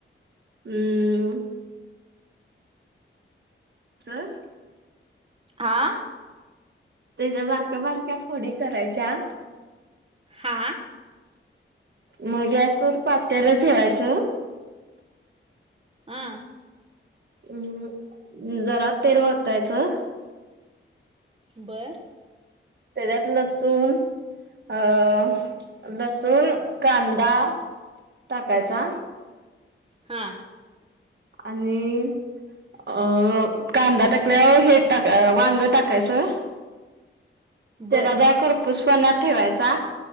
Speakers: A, on the right (about 55°); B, on the right (about 25°).
A: हम्म. चल.
B: आ.
A: त्याज्या बारक्या बारक्या फोडी करायच्या
B: हा.
A: म गॅसवर पातेल ठेवायचं.
B: हा
A: हम्म, जरा तेल वतायचं.
B: बर.
A: त्याच्यात लसूण अ लसूण कांदा टाकायचा
B: हां.
A: आणि अ कांदा टाकल्यावर हे टाक वांग टाकायचं.
B: बर
A: तेलात जरा खरपूस पुन्हा ठेवायचा